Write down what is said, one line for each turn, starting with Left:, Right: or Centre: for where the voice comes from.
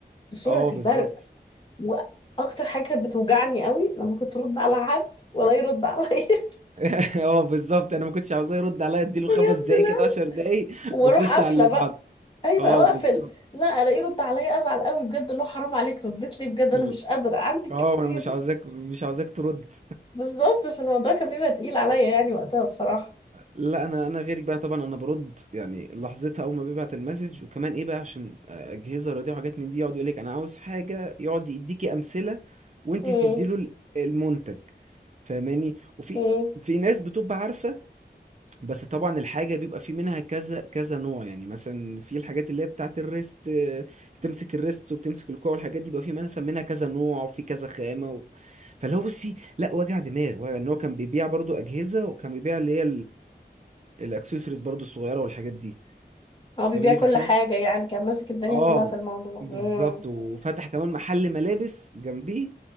Left: بسرعه
Right: اه بالظبط
Left: البرق واكتر حاجه كانت بتوجعني قوي لما كنت ارد على حد ولا يرد عليا <laughs>
Right: <laughs> اه بالظبط انا ما كنتش عاوزاه يرد عليا اديله
Left: بجد
Right: خمس دقايق
Left: لا
Right: كده 10 دقايق
Left: واروح
Right: واخش
Left: قافله
Right: على اللي
Left: بقى
Right: بعده
Left: ايوه
Right: اه
Left: واقفل
Right: بالظبط
Left: لا الاقيه يرد عليا ازعل قوي بجد اللي هو حرام عليك ردت لي بجد انا
Right: ال-
Left: مش قادره عندي كتير
Right: اه انا مش عاوزاك مش عاوزاك ترد
Left: بالظبط فالموضوع كان بيبقى تقيل عليا يعني وقتها بصراحه
Right: لا انا انا غيرك بقى طبعا انا برد يعني لحظتها اول ما بيبعت المسج وكمان ايه بقى عشان آه، اجهزه رياضيه وحاجات من دي يقعد يقول لك انا عاوز حاجه يقعد يديكي امثله وانت
Left: امم
Right: تديله ال- المنتج فاهماني وفي
Left: امم
Right: في ناس بتبقى عارفه بس طبعا الحاجه بيبقى في منها كذا كذا نوع يعني مثلا في الحاجات اللي هي بتاعه الريست آه، تمسك الريست وبتمسك الكوع والحاجات دي بيبقى في منها منها كذا نوع وفي كذا خامه و... فاللي هو بصي لا وجع دماغ ان هو كان بيبيع برضو اجهزه وكان بيبيع اللي هي الاكسسوارز برضو الصغيره والحاجات دي
Left: هو بيبيع
Right: فاهماني
Left: كل
Right: فكانت
Left: حاجه يعني كان ماسك الدنيا
Right: اه
Left: كلها في الموضوع
Right: بالظبط
Left: امم
Right: وفتح كمان محل ملابس جنبيه